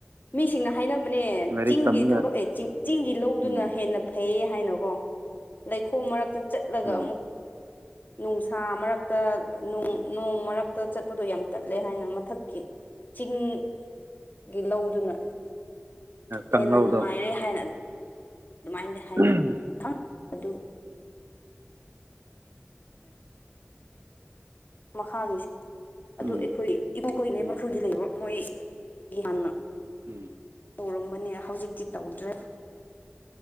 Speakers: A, on the left (about 45°); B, on the right (about 65°).
A: ꯃꯤꯁꯤꯡꯅ ꯍꯥꯏꯅꯕꯅꯦ
B: ꯂꯥꯏꯔꯤꯛ
A: ꯆꯤꯡꯒꯤ
B: ꯇꯝꯃꯒ
A: ꯊꯕꯛ ꯑꯦ ꯆꯤꯡꯒꯤ ꯂꯧꯗꯨꯅ
B: ꯎꯝ
A: ꯍꯦꯟꯅ ꯐꯩꯌꯦ ꯍꯥꯏꯅꯀꯣ ꯂꯩꯈꯣꯝ ꯃꯔꯛꯇ ꯆꯠꯂꯒ
B: ꯎꯝ
A: ꯑꯃꯨꯛ ꯅꯨꯡꯁꯥ ꯃꯔꯛꯇ ꯅꯣꯡ ꯃꯔꯛꯇ ꯆꯠꯄꯗꯣ ꯌꯥꯝ ꯇꯠꯂꯦ ꯍꯥꯏꯅ ꯃꯊꯛꯀꯤ ꯆꯤꯡꯒꯤ ꯂꯧꯗꯨꯅ
B: ꯀꯥꯡꯂꯧꯗꯣ
A: ꯍꯦꯟꯅ ꯅꯨꯡꯉꯥꯏꯔꯦ ꯍꯥꯏꯅ ꯑꯗꯨꯃꯥꯏꯅꯗꯤ ꯍꯥꯏꯅ
B: ꯎꯝ
A: ꯑꯗꯨ ꯃꯈꯥꯒꯤ ꯑꯗꯨ
B: ꯎꯝ
A: ꯑꯩꯈꯣꯏ ꯏꯕꯣꯈꯣꯏꯅꯦ
B: ꯎꯝ
A: ꯃꯈꯥꯒꯤ ꯂꯩꯕ ꯃꯣꯏ ꯒ꯭ꯅꯥꯅ
B: ꯎꯝ
A: ꯇꯧꯔꯝꯕꯅꯦ ꯍꯧꯖꯤꯛꯇꯤ ꯇꯧꯗ꯭ꯔꯦ